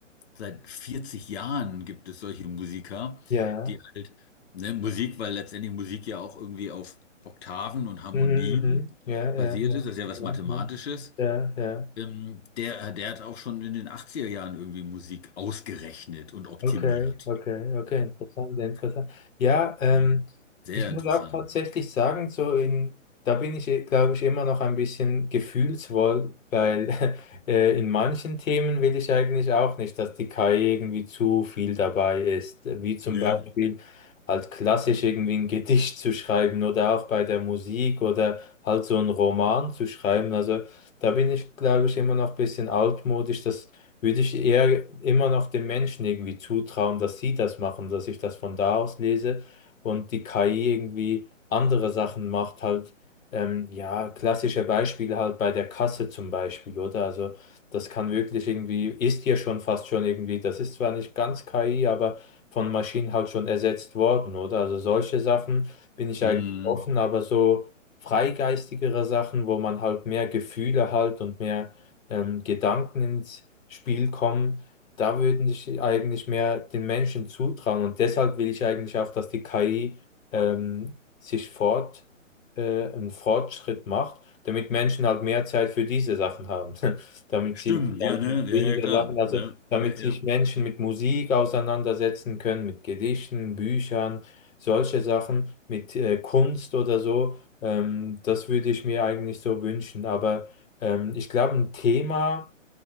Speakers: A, on the left (about 55°); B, on the left (about 90°).
A: seit 40 Jahren gibt es solche Musiker,
B: Ja,
A: die halt, ne, Musik, weil letztendlich Musik ja auch irgendwie auf Oktaven und Harmonien
B: mhm, mhm, ja, ja,
A: basiert
B: ja,
A: ist, das ist ja was
B: ja,
A: Mathematisches.
B: ja, ja, ja.
A: Ähm, der, der hat auch schon in den achtziger Jahren irgendwie Musik ausgerechnet und optimiert.
B: Okay, okay, okay, interessant, sehr interessant. Ja,
A: Mhm.
B: ähm,
A: Sehr
B: ich muss
A: interessant.
B: auch tatsächlich sagen, so in, da bin ich, äh, glaube ich, immer noch ein bisschen gefühlsvoll, weil <laughs> äh, in manchen Themen will ich eigentlich auch nicht, dass die KI irgendwie zu viel dabei ist, wie zum
A: Ja.
B: Beispiel halt klassisch irgendwie ein Gedicht zu schreiben oder auch bei der Musik oder halt so einen Roman zu schreiben. Also da bin ich, glaube ich, immer noch ein bisschen altmodisch, dass würde ich eher immer noch den Menschen irgendwie zutrauen, dass sie das machen, dass ich das von da aus lese und die KI irgendwie andere Sachen macht, halt, ähm, ja, klassische Beispiele halt bei der Kasse zum Beispiel, oder? Also das kann wirklich irgendwie, ist ja schon fast schon irgendwie, das ist zwar nicht ganz KI, aber von Maschinen halt schon ersetzt worden, oder? Also solche Sachen bin ich
A: Mhm.
B: eigentlich offen, aber so freigeistigere Sachen, wo man halt mehr Gefühle halt und mehr ähm, Gedanken ins Spiel kommen, da würde ich eigentlich mehr den Menschen zutrauen. Und deshalb will ich eigentlich auch, dass die KI ähm, sich fort, äh, einen Fortschritt macht, damit Menschen halt mehr Zeit für diese Sachen haben. <laughs> Damit
A: Stimmt,
B: sie damit
A: ja, ne?
B: mit weniger
A: Ja, ja, klar.
B: Sachen, also
A: Ne?
B: damit
A: Ja,
B: sich
A: ja.
B: Menschen mit Musik auseinandersetzen können, mit Gedichten, Büchern, solche Sachen, mit äh, Kunst oder so. Ähm, das würde ich mir eigentlich so wünschen. Aber ähm, ich glaube, ein Thema,